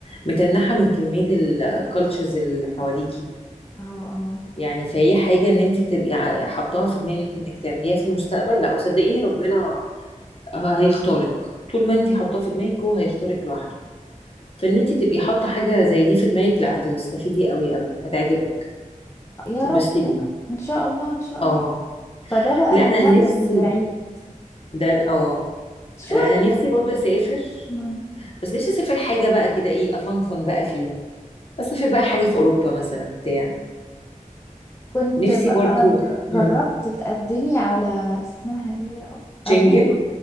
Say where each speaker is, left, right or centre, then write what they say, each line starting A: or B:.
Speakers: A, on the left; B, on the left.
A: متنحة من كمية الكالتشرز اللي حواليكي
B: اه اه
A: يعني فهي حاجة إن أنت تبقي ع- حطاها في دماغك إنك تعمليها في المستقبل لا وصدقيني ربنا ه- هيختارك طول ما أنت حطاه في دماغك هو هيختارك لوحده فإن أنت تبقي حاطة حاجة زي دي في دماغك لا هتستفيدي قوي قوي هتعجبك
B: يا
A: تتبسطي
B: رب
A: بيها
B: يا رب ان شاء الله ان شاء الله
A: اه
B: فده بقى
A: لا
B: الهدف
A: أنا نفسي
B: البعيد
A: ده ال- اه
B: شوية
A: لا أنا نفسي برضه أسافر
B: مم.
A: بس نفسي اسافر حاجه بقى كده ايه افنفن بقى فيها اسافر بقى حاجه في اوروبا مثلا بتاع
B: كنت
A: نفسي
B: بقى
A: برضو
B: جربت
A: امم
B: تقدمي على اسمها ايه يا رب أرمينيا
A: شنجن